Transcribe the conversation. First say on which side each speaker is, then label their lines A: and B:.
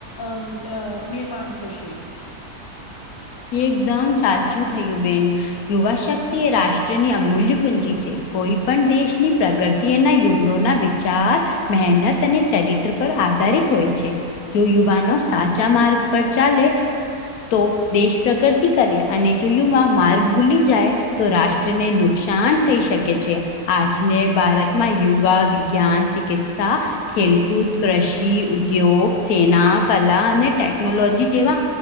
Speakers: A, on the left; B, on the left.
A: અમ અ નિર્માણ થશે.
B: એકદમ સાચું થયું બેન. યુવા શક્તિ એ રાષ્ટ્રની અમૂલ્ય પૂંજી છે. કોઈ પણ દેશની પ્રગતિ એના યુગ્ઞનો ના વીક જાત મહેનત અને ચરિત્ર પર આધારિત હોય છે. જો યુવાનો સાચા માર્ગ પર ચાલે તો દેશ પ્રગતિ કરે. અને જો યુવા માર્ગ ભૂલી જાય તો રાષ્ટ્રને નુકસાન થઈ શ શકે છે. આજને ભારતમાં યુવા વિજ્ઞાન ચિકિત્સા ખેલકૂદ, કૃષિ ઉદ્યોગ, સેના કલા અને ટેકનોલોજી જેવા